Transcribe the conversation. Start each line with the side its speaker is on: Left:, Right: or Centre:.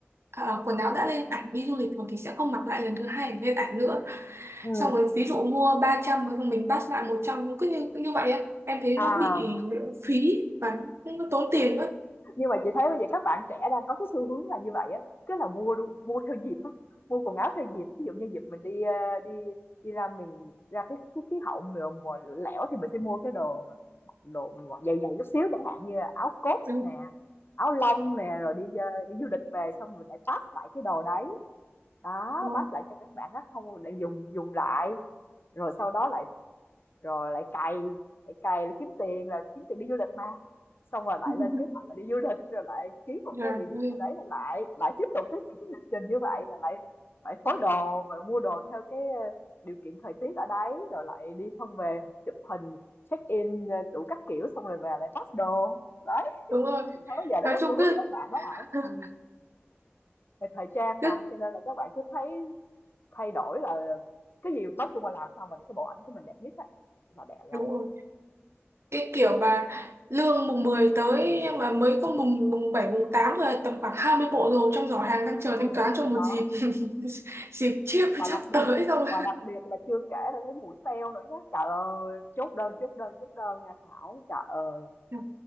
Right: ờ, quần áo đã lên ảnh đi du lịch rồi thì sẽ không mặc lại lần thứ hai để lên ảnh nữa.
Left: Ừ.
Right: Xong rồi ví dụ mua 300 rồi mình bắt lại 100 cũng cứ như, cứ như vậy ấy. Em thấy
Left: À.
Right: nó bị phí và cũng tốn tiền ấy.
Left: Nhưng mà chị thấy bây giờ các bạn trẻ đang có cái xu hướng là như vậy á, cứ là mua mua theo dịp á, mua quần áo theo dịp. Ví dụ như dịp mình đi ờ, đi đi ra miền ra cái cái khí hậu mùa, mùa lẻo thì mình sẽ mua cái đồ đồ dày dày chút xíu chẳng hạn như là áo coat
Right: Ừ.
Left: nè, áo lông nè rồi đi ờ, đi du lịch về xong mình lại pass lại cái đồ đấy. Đó,
Right: Đó.
Left: pass lại cho các bạn khác không để dùng dùng lại rồi sau đó lại rồi lại cày lại cày là kiếm tiền là kiếm tiền đi du lịch mà xong rồi lại
Right: <laughs>
Left: lên kế hoạch là đi du lịch rồi lại kiếm một
Right: Trời
Left: cái địa điểm
Right: ơi.
Left: nào đấy là lại lại tiếp tục cái, cái lịch trình như vậy là lại phải phối đồ và mua đồ theo cái ờ, điều kiện thời tiết ở đấy rồi lại đi xong về chụp hình check in ờ, đủ các kiểu xong rồi về lại pack đồ đấy
Right: Đúng rồi.
Left: chị thấy bây giờ nó
Right: Nói
Left: có
Right: chung
Left: xu
Right: cứ
Left: hướng các bạn đó Thảo
Right: <laughs>
Left: ừ. về thời trang
Right: cứ
Left: mà cho nên là các bạn cứ thấy thay đổi là cái gì nói chung là làm sao mà để cái bộ ảnh của mình đẹp nhất á là đẹp là
Right: đúng
Left: được
Right: rồi. cái kiểu mà lương mùng 10 tới nhưng mà mới có mùng mùng 7 mùng 8 thôi tầm khoảng 20 bộ đồ trong giỏ hàng đang chờ
Left: Ừm,
Right: thanh toán cho
Left: thì
Right: một
Left: đó,
Right: dịp <laughs> dịp chiếp
Left: và
Right: sắp
Left: đặc biệt
Right: tới rồi
Left: và đặc biệt là chưa kể là cái mùa sale nữa nhá. Trời ơi, chốt đơn, chốt đơn, chốt đơn nha Thảo. Trời ơi,
Right: Ừ.